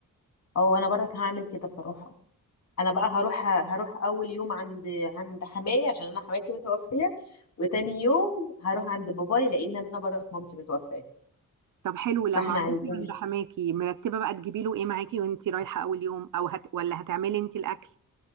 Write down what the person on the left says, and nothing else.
اه انا برضك هعمل كده صراحه انا بقى هروح هروح اول يوم عند عند حماية عشان انا حماتي متوفيه وتاني يوم هروح عند باباي لان انا برضك مامتي متوفيه
فاحنا
<laughs> عايزين